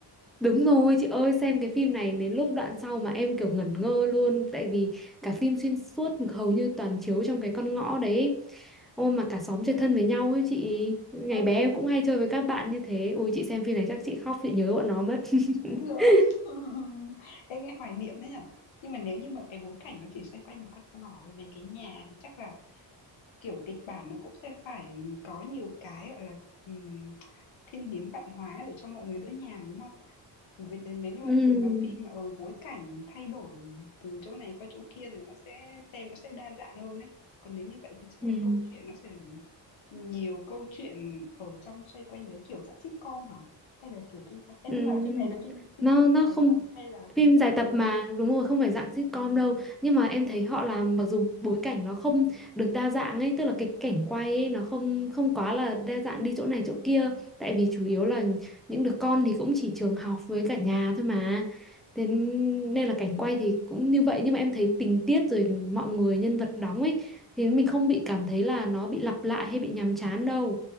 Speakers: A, in the centre; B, on the left (about 85°).
A: đúng rồi chị ơi, xem cái phim này đến lúc đoạn sau mà em kiểu ngẩn ngơ luôn, tại vì cả phim xuyên suốt hầu như toàn chiếu trong cái con ngõ đấy. ấy. Ôi mà cả xóm chơi
B: À,
A: thân với nhau ấy chị, ngày
B: ơ
A: bé
B: thế
A: em
B: là
A: cũng hay chơi với các bạn như thế. Ôi chị xem phim này chắc chị khóc, chị nhớ bọn nó mất. <laughs>
B: rồi. <laughs> Em nghe hoài niệm đấy nhở? Nhưng mà nếu như mà cái bối cảnh nó chỉ xoay quanh một con ngõ với mấy cái nhà thì chắc là Kiểu, kịch bản nó cũng sẽ phải có nhiều cái, gọi là, ừm, thiên biến vạn hóa để cho mọi người đỡ nhàm, đúng không? Vậy thì nếu như
A: Ừ.
B: mà thường mà phim mà, ở bối cảnh thay đổi từ chỗ này qua chỗ kia thì nó sẽ xem nó sẽ đa dạng hơn đấy. Còn nếu như vậy thì chắc
A: Ừ.
B: là câu chuyện nó sẽ nhiều câu chuyện ở trong xoay quanh đấy, kiểu dạng sitcom hả? Hay là kiểu phim sao? Ê,
A: Ừ,
B: nhưng mà phim này là phim phim
A: nó
B: phim
A: nó
B: dài
A: không
B: tập hay là
A: phim
B: phim
A: dài tập mà đúng rồi không phải dạng sitcom đâu nhưng mà em thấy họ
B: à,
A: làm mặc dù bối cảnh nó không được đa dạng ấy tức là cái cảnh quay ấy nó không không quá là đa dạng đi chỗ này chỗ kia tại vì chủ yếu là những đứa con thì cũng chỉ trường học với cả nhà thôi mà thế nên là cảnh quay thì cũng như vậy nhưng mà em thấy tình tiết rồi mọi người nhân vật đóng ấy thì mình không bị cảm thấy là nó bị lặp lại hay bị nhàm chán đâu